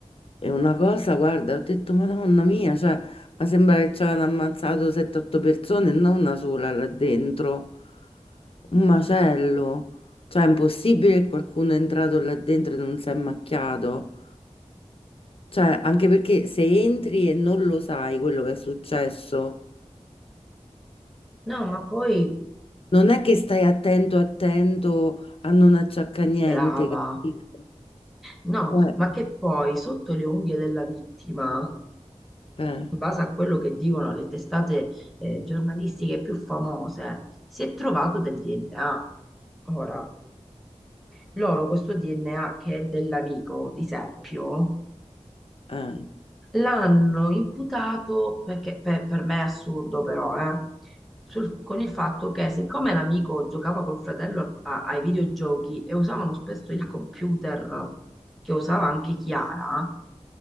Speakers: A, on the left (about 50°); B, in the centre.
A: E una cosa, guarda, ho detto, Madonna mia, cioè, ma sembra che ci avevano ammazzato 7-8 persone, e non una sola là dentro. Un macello. Cioè, è impossibile che qualcuno è entrato là dentro e non si è macchiato. Cioè, anche perché se entri e non lo sai quello che è successo,
B: No, ma poi,
A: non è che stai attento, attento a non acciaccare niente,
B: brava.
A: capito?
B: No,
A: Eh,
B: ma che poi sotto le unghie della vittima,
A: eh,
B: in base a quello che dicono le testate eh, giornalistiche più famose, si è trovato del DNA. Ora, loro questo DNA che è dell'amico di Seppio
A: eh.
B: L'hanno imputato, perché per, per me è assurdo però, eh, sul- con il fatto che siccome l'amico giocava col fratello a- ai videogiochi e usavano spesso il computer che usava anche Chiara,